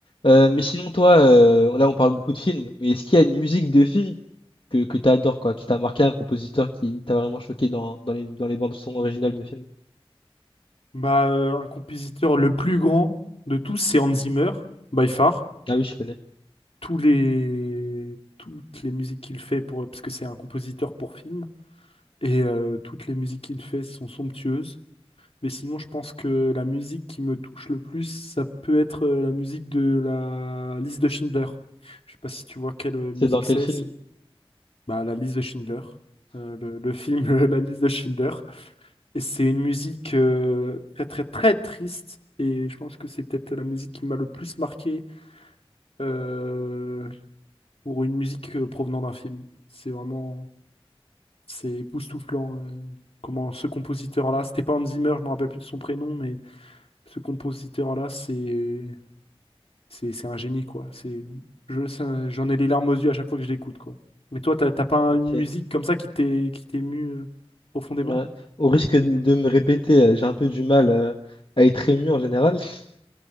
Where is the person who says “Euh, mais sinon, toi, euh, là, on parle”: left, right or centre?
Left